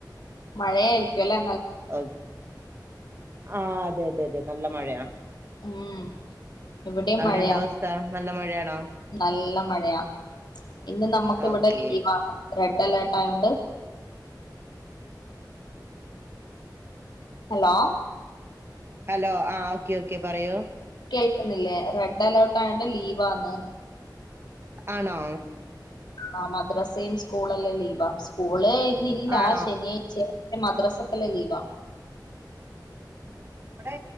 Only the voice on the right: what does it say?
ഓ അതെ അതെ അതെ നല്ല മ മഴയാ
അവിടെ
എന്ത അവസ്ഥ നല്ല മഴാണോ
ഓക്കെ
ഹലോ ആ ഓക്കെ ഓക്കെ പറയൂ
ആണോ
ആണോ
ഇവിടെ